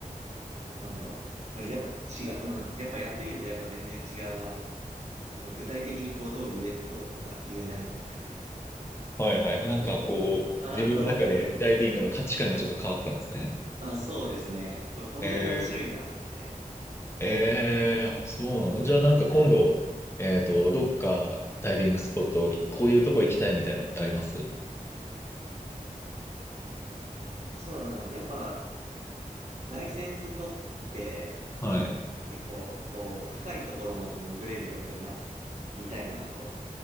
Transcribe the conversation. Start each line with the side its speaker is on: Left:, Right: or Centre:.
Right: なんだろう。やっぱ違う、うん。やっぱやってみるとやっぱ全然違うな。まあ具体的にこう、どう言え、どうとか言えないんですけれど。
Left: はいはい。なんかこう、
Right: <laughs> なんとなく、
Left: 自分の中でダイビングの価値観がちょっと変わったんですね。
Right: うん。あ、そうですね。ここんなに面白いんだって。
Left: えー、えー、あ、そうなの。じゃあなんか今度、えっと、どっかダイビングスポット、いこういうとこ行きたいみたいなのってあります
Right: そうだな。やっぱ、ライセンス取って
Left: はい。
Right: 結構こう深いところまで潜れるようになりたいなと